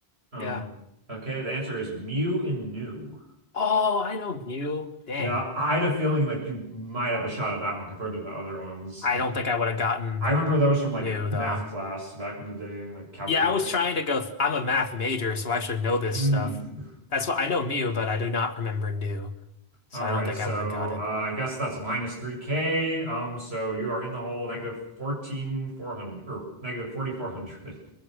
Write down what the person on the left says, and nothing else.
yeah.
Oh, I know mu. Dang,
I
don't think I would have gotten
mu
though.
Yeah, I was trying to go. I'm a math major, so I should know this
stuff. That's what I know mu, but I do not remember nu, so
I
don't think
I would have got
it.